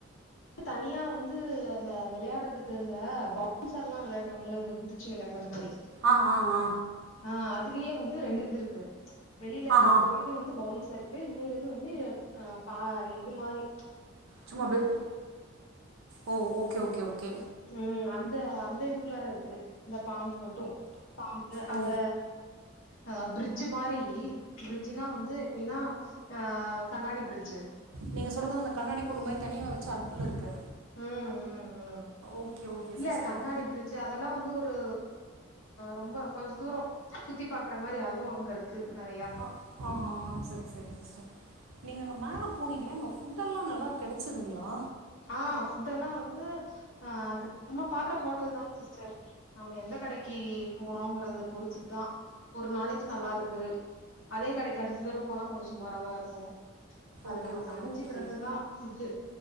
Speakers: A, on the left (about 70°); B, on the right (about 80°).
A: தனியா வந்து அந்த விளையாடுறதுக்கு இந்த பவுன்சர் எல்லாம் விளையாடுவாங்கள இந்த குதிச் சு விளையாடுற மாரி
B: ஆ ஆ ஆ
A: ஆ அதுலயே வந்து ரெண்டு இது இருக்கு வெளியில
B: ஆஹா
A: இது வந்து பவுன்ஸ் இருக்கு இன்னொரு இது வந்து அ பா இது மாதிரி
B: சும்மா அப்படியே ஓ ஓகே ஓகே ஓகே
A: ம் அந்த அந்த இதுக்குள்ளார இருக்கு இந்த பாம்பு மட்டும் பாம்பு
B: ஓ
A: அந்த அ பிரிட்ஜ் மாரி பிரிட்ஜுனா வந்து எப்படின்னா ஆ கண்ணாடி பிர்ட்ஜ்
B: நீங்க சொல்றத அந்த கண்ணாடி குண்டு மாதிரி தனியா வச்சு அதுக்குள்ள இருக்கு
A: ம் ம் ம்
B: ஓகே ஓகே
A: இல்ல
B: சிஸ்டர்
A: கண்ணாடி பிரிட்ஜ் அதெல்லா வந்து ஒரு ரொம்ப கொஞ்ச தூரம் சுத்தி பாக்குற மாதிரி அதுவு அங்க இருக்கு நிறைய
B: ஆ ஆ சரிங்க சரிங்க சிஸ்டர் நீங்க அங்க மேல போனீங்கலே அங்க பூட் எல்லா நல்லா கிடைச்சிதுங்களா
A: ஆ ஃபுட் எல்லாம் வந்து ஆ அது நம்ம பாக்குற ஹோட்டல் தா சிஸ்டர் நம்ம எந்த கடைக்கு போறோங்கறத பொறுத்துதா ஒரு நாளைக்கு நல்லா இருக்கு அதே கடைக்கு அடுத்த தடவ போனா கொஞ்சம் சுமார தா இருக்கும் அது
B: ஓகே
A: நம்ம
B: ஓகே
A: க அமைஞ்சுக்கிறதுதா
B: ஓகே
A: ஃபுட்டு